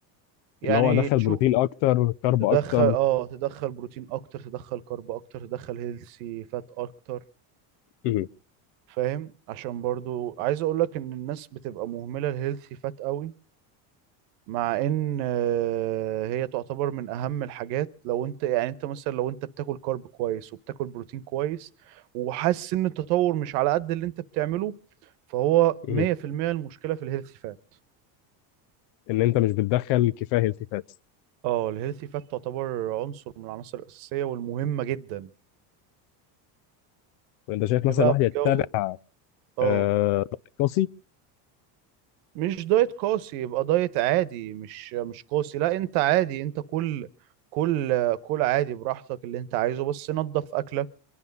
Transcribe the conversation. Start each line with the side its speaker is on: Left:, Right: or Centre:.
Right: يعني
Left: اللي هو ادخل
Right: تشوف
Left: بروتين اكتر كارب
Right: تدخل
Left: اكتر
Right: اه تدخل بروتين اكتر تدخل كارب اكتر تدخل هيلثي فات اكتر
Left: أمم.
Right: فاهم عشان برضو عايز اقول لك ان الناس بتبقى مهملة الهيلثي فات قوي مع ان آه، هي تعتبر من اهم الحاجات لو انت يعني انت مثلا لو انت بتاكل كارب كويس وبتاكل بروتين كويس وحاسس ان التطور مش على قد اللي انت بتعمله فهو
Left: أمم.
Right: 100% المشكلة في الهيلثي فات
Left: ان انت مش بتدخل كفايه التفات
Right: اه الهيلثي فات تعتبر عنصر من العناصر الأساسية والمهمة جدا
Left: وانت شايف مثلا
Right: تبقى
Left: الواحد
Right: في
Left: يتبع
Right: جو اه
Left: آه، دايت قاسي
Right: مش دايت قاسي يبقى دايت عادي مش مش قاسي لا انت عادي انت كل كل كل عادي براحتك اللي انت عايزه بس نظف اكلك